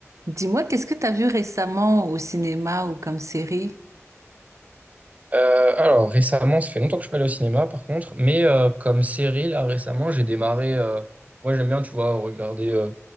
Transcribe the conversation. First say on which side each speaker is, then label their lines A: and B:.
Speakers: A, on the right; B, on the right.
A: Dis-moi, qu'est-ce que tu as vu récemment au cinéma ou comme série?
B: Euh, alors récemment, ça fait longtemps que je suis pas allé au cinéma par contre, mais euh, comme série là récemment, j'ai démarré. euh, moi j'aime bien, tu vois, regarder euh,